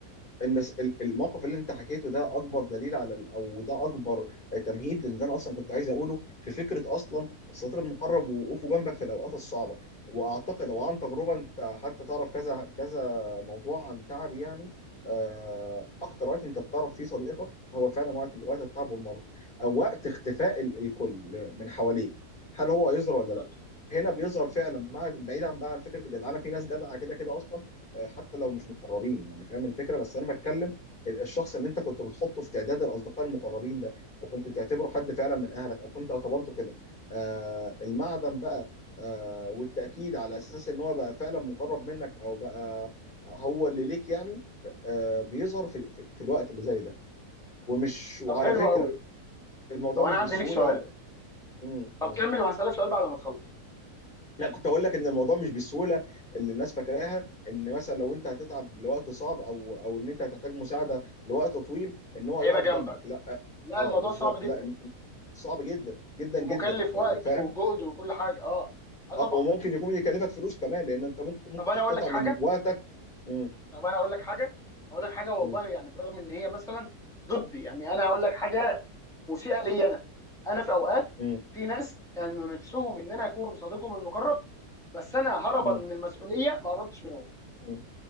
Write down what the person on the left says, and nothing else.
النس... الموقف اللي انت حكيته ده اكبر دليل على ال- او ده اكبر تمهيد للي انا اصلا كنت عايز اقوله في فكره اصلا الصديق المقرب ووقوفه جنبك في الاوقات الصعبه واعتقد او عن تجربه انت حتى تعرف كذا كذا موضوع عن تعبي يعني آه، اكتر وقت انت بتعرف فيه صديقك هو فعلا وقت وقت التعب والمرض او وقت
اختفاء ال... الكل من حواليك هل هو هيظهر
ولا لا هنا بيظهر فعلا مع بعيدا بقى عن فكره الجدعنه في ناس جدعه كده كده اصلا آه، حتى لو مش مقربين يعني فاهم الفكره بس انا بتكلم ال- الشخص اللي انت كنت بتحطه في تعداد الاصدقاء المقربين ده وكنت بتعتبره حد فعلا من اهلك او كنت اعتبرته كده آه المعدن بقى آه والتاكيد على اساس ان هو بقى فعلا مقرب منك او بقى هو اللي ليك يعني آه بيظهر في, في, في الوقت اللي زي ده ومش وعلى
فكره
الموضوع
مش
بالسهوله
ال- مم،
مم.
لا كنت اقول لك ان الموضوع مش بالسهوله اللي الناس فاكراها ان مثلا لو انت هتتعب لوقت صعب او او ان انت هتحتاج مساعده لوقت طويل ان هو
يقف
جنبك لا
اه
بالظبط
لا الم- صعب جدا جدا
جدا يعني
فاهم
اه وممكن يكون يكلفك فلوس كمان لان انت ممكن ممكن
تقتطع
من وقتك مم.
مم.
مم.
مم.
مم.